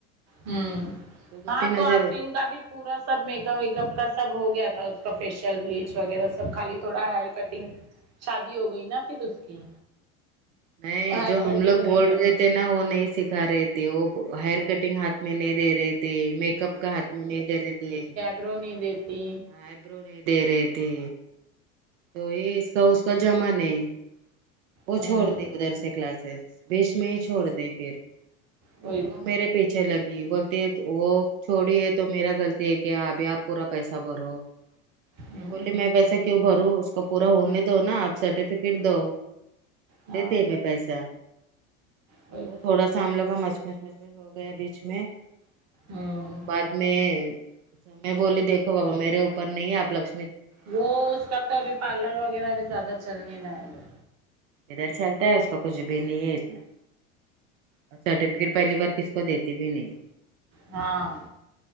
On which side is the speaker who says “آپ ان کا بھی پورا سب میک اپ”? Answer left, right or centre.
Right